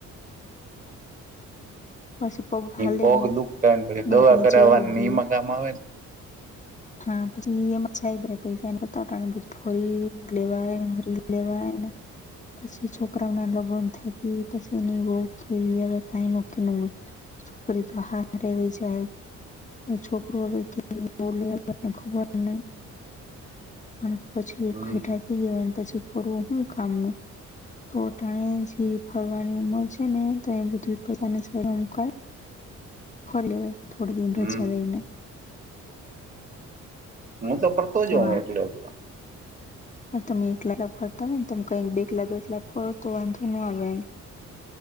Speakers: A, on the left; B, on the right.
A: પછી પગ હાલે
B: પગ
A: ની
B: દુખતા પછી
A: નો
B: દવા
A: કે
B: કરાવવા
A: જઈ હગીએ
B: ઈ કામ આવે
A: <inaudible> હા પછી એમાંછધ પૈસા એતાાને બધ ફરી લેવાયને ફરી લેવાયને પછી છોકરાઓ ના લોગન થઈ પછી એની કેવી હવે કઈ ન કે ન હોય છોકરી તો હારે વહી જાય છોકરો <unintelligible> ખબરન અને પછી
B: હમ
A: એ ઘેઠા થઈ ગવા પછી ફરવું હું કામ ન તો ટાણે જે ફરવાની ઉંમર છે ને તો એ બધું પૈસાની સાઈડમાં મુકાય ફરી લેવાય થોડી દિન
B: હમ
A: રજા લઈને
B: હું તો ફરતો જઉં
A: વાહ
B: એકલે એકલો
A: પણ તમે એકલા લ ફરતા હોય ને તમે કઈક બેલા બેલાા ફરો તો વાંધો ન આવે એમ